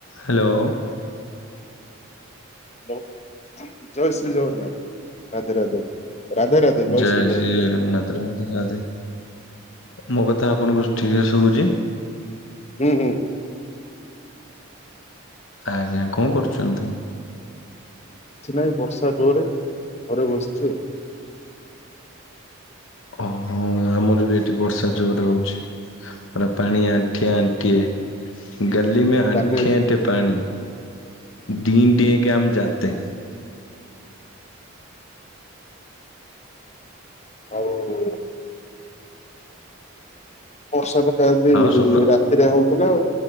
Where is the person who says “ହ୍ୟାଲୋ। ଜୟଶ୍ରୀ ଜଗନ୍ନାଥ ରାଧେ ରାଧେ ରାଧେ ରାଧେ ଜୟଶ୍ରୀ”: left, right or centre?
Left